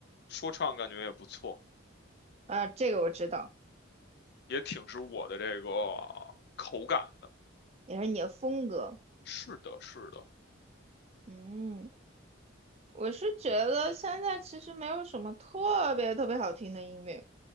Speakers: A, on the left (about 50°); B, on the right (about 30°).
A: 说唱感觉也不错，
B: 啊，这个我知道，
A: 也挺是我的这个口感的。
B: 也是你的风格，
A: 是的，是的，
B: 嗯，我是觉得现在其实没有什么特别特别好听的音乐，